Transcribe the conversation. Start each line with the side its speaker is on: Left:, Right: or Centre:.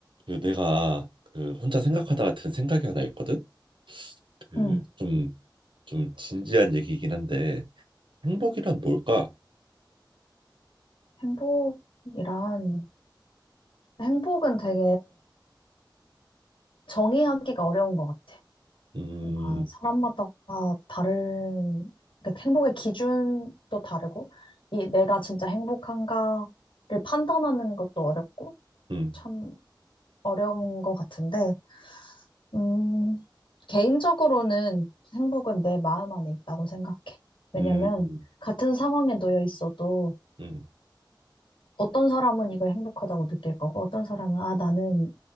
Right: 그 내가 그 혼자 생각하다가 든 생각이 하나 있거든. 그
Left: 음,
Right: 좀 좀 진지한 얘기이긴 한데 행복이란 뭘까?
Left: 행복이란, 행복은 되게 정의하기가 어려운 것 같아.
Right: 음,
Left: 뭔가 사람마다 다른, 그러니까 행복의 기준도 다르고, 이 내가 진짜 행복한가를 판단하는 것도 어렵고,
Right: 음,
Left: 참 어려운 것 같은데, 음, 개인적으로는 행복은 내 마음 안에 있다고 생각해. 왜냐면,
Right: 음,
Left: 같은 상황에 놓여 있어도
Right: 음,
Left: 어떤 사람은 이걸 행복하다고 느낄 거고, 어떤 사람은, 아, 나는